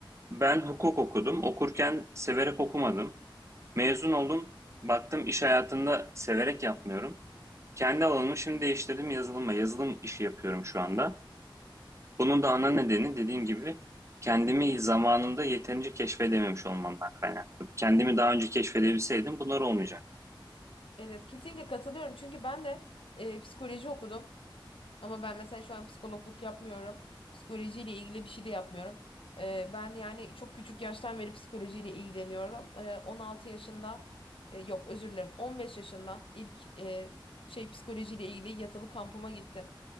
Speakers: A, on the right; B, on the left.
A: Ben hukuk okudum. Okurken severek okumadım. Mezun oldum. Baktım iş hayatında severek yapmıyorum. Kendi alanımı şimdi değiştirdim yazılıma. Yazılım işi yapıyorum şu anda. Bunun da ana nedeni dediğim gibi kendimi zamanında yeterince keşfedememiş olmamdan kaynaklı. Kendimi daha önce keşfedebilseydim bunlar olmayacaktı.
B: Evet, kesinlikle katılıyorum. Çünkü ben de e, psikoloji okudum. Ama ben mesela şu an psikologluk yapmıyorum. Psikolojiyle ilgili bir şey de yapmıyorum. Ee, ben yani çok küçük yaştan beri psikolojiyle ilgileniyorum. Ee, 16 yaşında e, yok özür dilerim 15 yaşında ilk e, şey psikolojiyle ilgili yatılı kampıma gittim.